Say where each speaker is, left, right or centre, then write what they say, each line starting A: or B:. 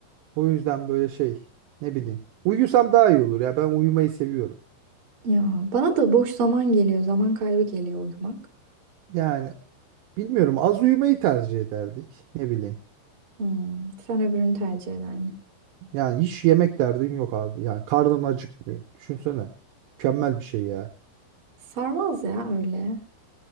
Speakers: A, on the right; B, on the right.
A: O yüzden böyle şey ne bileyim. Uyusam daha iyi olur ya ben uyumayı seviyorum.
B: Ya bana da boş zaman geliyor. Zaman kaybı geliyor uyumak.
A: Yani bilmiyorum az uyumayı tercih ederdik ne bileyim.
B: Hmm, sen öbürünü tercih eder misin?
A: Yani hiç yemek derdin yok abi. Yani karnın acıkmıyor. Düşünsene. Mükemmel bir şey ya.
B: Sarmaz ya öyle.